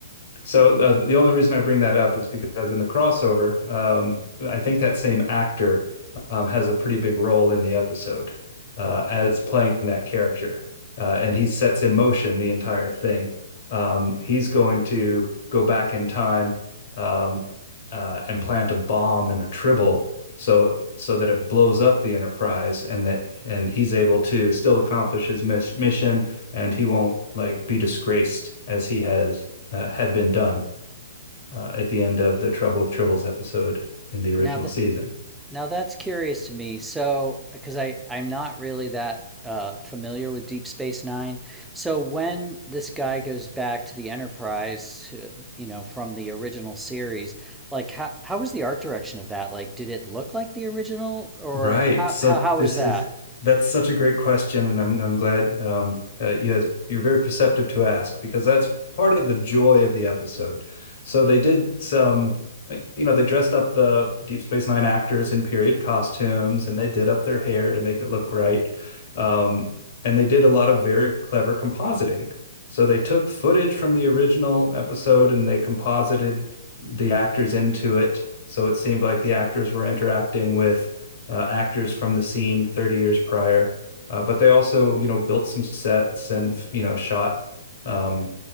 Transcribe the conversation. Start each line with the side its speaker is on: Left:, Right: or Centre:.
Left: So uh, the only reason I bring that up is because in the crossover, um, I think that same actor um, has a pretty big role in the episode uh, as playing that character, uh, and he sets in motion the entire thing. Um, he's going to go back in time um, uh, and plant a bomb and a tribble so so that it blows up the Enterprise, and that and he's able to still accomplish his mis- mission, and he won't like be disgraced as he has uh, had been done uh, at the end of the Trouble with Tribbles episode in the original
Centre: Now the
Left: season.
Centre: Now that's curious to me. So, because I I'm not really that uh, familiar with Deep Space Nine. So when this guy goes back to the Enterprise, uh, you know, from the original series, like how how was the art direction of that? Like, did it look like the original, or
Left: Right.
Centre: how
Left: So
Centre: how how
Left: this
Centre: was that?
Left: is that's such a great question, and I'm I'm glad um, uh, you had, you're very perceptive to ask because that's part of the joy of the episode. So they did some you know, they dressed up the Deep Space Nine actors in period costumes and they did up their hair to make it look right. Um, and they did a lot of very clever compositing. So they took footage from the original episode and they composited the actors into it. So it seemed like the actors were interacting with uh, actors from the scene 30 years prior. Uh, but they also, you know, built some sets and, you know, shot, um,